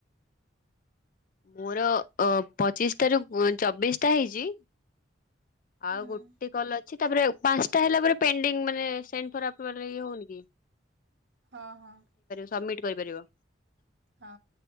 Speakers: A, on the left (about 45°); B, on the right (about 65°).
A: ମୋର ଅ ପଚିଶି ଟାରୁ ଚବିଶ୍ ଟା ହେଇଚି।
B: ହୁଁ
A: ଆଉ ଗୋଟେ କଲ୍ ଅଛି ତାପରେ ପାନସ୍ ଟା ହେଲା ପରେ ପେଣ୍ଡିଙ୍ଗ ମାନେ ସେଣ୍ଡ ଫର ଅପ୍ରୁଭାଲ ହେଇକି ହଉନି କି?
B: ହଁ ହଁ।
A: ସମିଟ୍ କରିପାରିବ।
B: ହଁ।